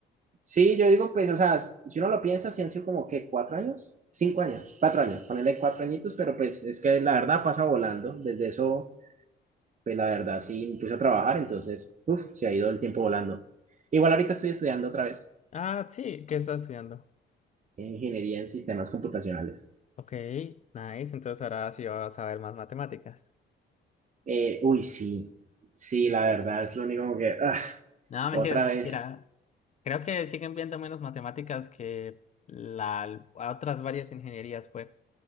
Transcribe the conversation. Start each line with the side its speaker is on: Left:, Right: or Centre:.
Right: Sí, yo digo, pues, o sea, si uno lo piensa, si han sido como qué? cuatro años, cinco años, cuatro años, ponerle cuatro añitos, pero pues es que la verdad pasa volando. Desde eso pues la verdad sí me puse a trabajar, entonces uf, se ha ido el tiempo volando. Igual ahorita estoy estudiando otra vez
Left: Ah, sí, ¿qué estás estudiando?
Right: ingeniería en sistemas computacionales.
Left: Ok, nice, entonces ahora sí vas a ver más matemáticas.
Right: Eh, uy, sí, sí, la verdad es lo único como que ah,
Left: No, mentira,
Right: otra
Left: ni
Right: vez.
Left: siquiera. Creo que siguen viendo menos matemáticas que la, otras varias ingenierías, pues.